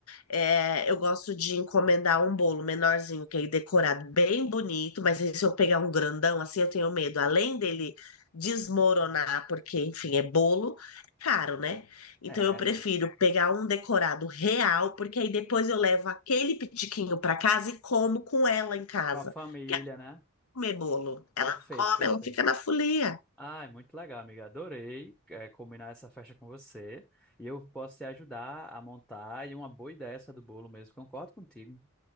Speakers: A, on the left; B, in the centre.
A: é, eu gosto de encomendar um bolo menorzinho, que aí decorado bem bonito. Mas aí se eu pegar um grandão, assim, eu tenho medo, além dele desmoronar, porque, enfim, é bolo, é caro, né? Então
B: É,
A: eu prefiro
B: amigo.
A: pegar um decorado real, porque aí depois eu levo aquele pitiquinho para casa e como com ela em casa.
B: Com a família,
A: Porque ela não
B: né?
A: come bolo, ela
B: Perfeito,
A: não come,
B: perfeito.
A: ela fica na folia.
B: Ai, muito legal, amiga. Adorei, é, combinar essa festa com você. E eu posso te ajudar a montar. E uma boa ideia essa do bolo mesmo, concordo contigo.